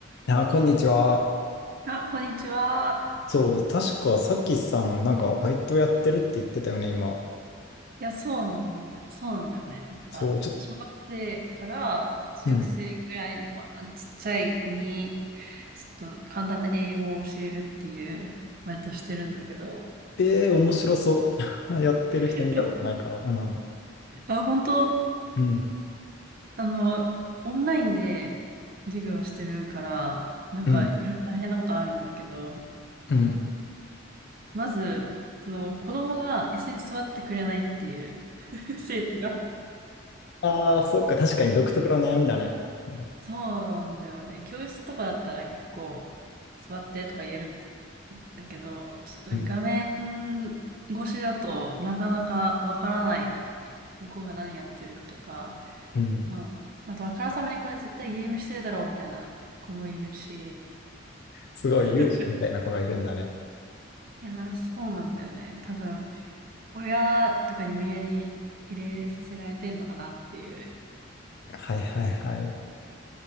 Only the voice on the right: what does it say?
あ、こんにちは。
いや、そうなんだけど、そうなんだよね。なんか、
小学生から中学生くらいの、
まあ、ちっちゃい子に、ちょっと簡単な英語を教えるっていう、バイトしてるんだけど、
<laughs>
あ、本当、
あの、オンラインで授業をしてるから、なんかいろいろ大変なことあるんだけど、
まず、その子供が椅子に座ってくれないっていう <laughs> 生徒が
そうなんだよね。教室とかだったら結構座ってとか言えるんだけど、ちょっと画面
越しだとなかなかわからないね。向こうが何やってるかとか、
まあ、あとあからさまにこれ絶対ゲームしてるだろうみたいな子もいるし、
<laughs> いやー、そうなんだよね。多分、親とかに無理やり入れさせられてんのかなっていう。